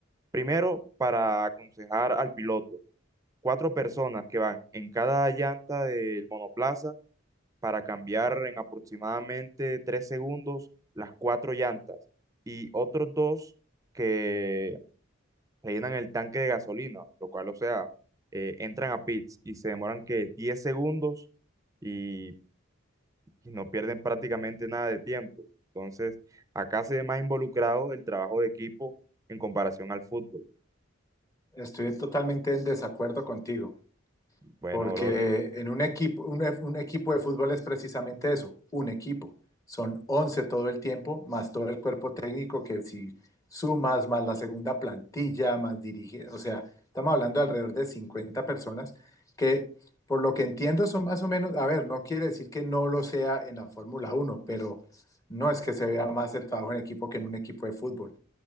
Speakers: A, on the right (about 15°); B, on the left (about 15°).
A: primero para aconsejar al piloto, cuatro personas que van en cada llanta del monoplaza para cambiar en aproximadamente tres segundos las cuatro llantas y otros dos que rellenan el tanque de gasolina, lo cual, o sea, eh, entran a pits y se demoran que 10 segundos y, y no pierden prácticamente nada de tiempo. Entonces, acá se ve más involucrado el trabajo de equipo en comparación al fútbol.
B: Estoy totalmente en desacuerdo contigo.
A: Bueno,
B: Porque
A: bro,
B: en un equipo, un, e- un equipo de fútbol es precisamente eso, un equipo. Son 11 todo el tiempo, más todo el cuerpo técnico que si sumas, más la segunda plantilla, más dirige, o sea, estamos hablando de alrededor de 50 personas que, por lo que entiendo, son más o menos, a ver, no quiere decir que no lo sea en la Fórmula Uno, pero no es que se vea más el trabajo en equipo que en un equipo de fútbol.